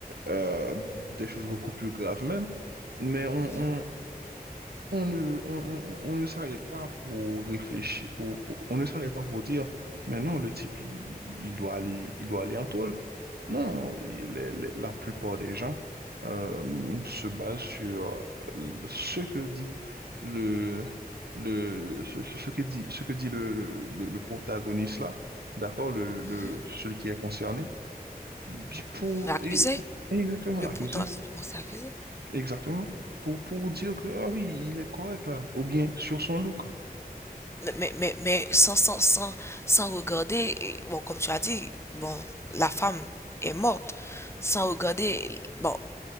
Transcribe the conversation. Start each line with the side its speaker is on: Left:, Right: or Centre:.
Right: euh, des choses beaucoup plus graves même, mais on,
Left: Mhm,
Right: on, on ne, on, on- on ne s'arrête pas pour réfléchir, pour, pour- on ne s'arrête pas pour dire, mais non, le type, il, il doit aller, il doit aller en taule. Non, il- les- les- la plupart des gens euh, se basent sur ce que dit le, le ce, ce- ce que dit ce que dit le, le, le protagoniste là, d'accord, le, le
Left: mhm.
Right: celui qui est concerné, puis pour
Left: L'accuser,
Right: et, exactement
Left: le
Right: l'accusé,
Left: potentiel, bon, c'est accusé.
Right: exactement pour pour dire que ah oui il est correct là, ou bien sur son look.
Left: Mais, mais, mais, sans, sans, sans, sans regarder, et, bon, comme tu as dit, bon, la femme est morte sans regarder, bon,